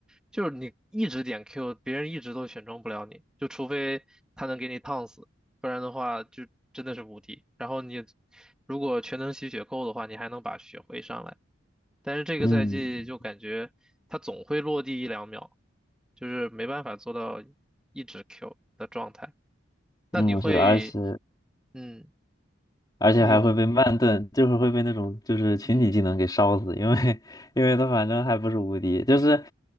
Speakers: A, in the centre; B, on the left.
A: 就是你一直点 Q，别人一直都选中不了你，就除非他能给你烫死，不然的话就真的是无敌。然后你如果全能吸血够的话，你还能把血回上来。但是这个赛季就感觉他总会落地一两秒，
B: 嗯。
A: 就是没办法做到一直 Q 的状态。那你会，
B: 嗯，是，而且
A: 嗯，
B: 而且还会被慢炖，
A: 你有，
B: 就会儿会被那种就是群体技能给烧死，
A: 嗯，
B: 因为 <laughs> 因为他反正还不是无敌，就是，